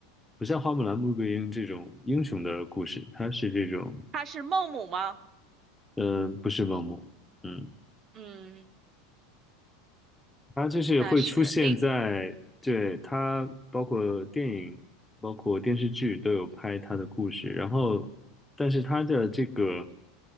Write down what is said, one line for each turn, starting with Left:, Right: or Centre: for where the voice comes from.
Centre: 不像花木兰、穆桂英这种英雄的故事，它是这种，
Right: 她是孟母吗？
Centre: 嗯、不是梦嗯。
Right: 嗯，
Centre: 它就是会出现在，
Right: 那是另
Centre: 对，它包括电影、包括电视剧都有拍它的故事，然后，但是它的这个，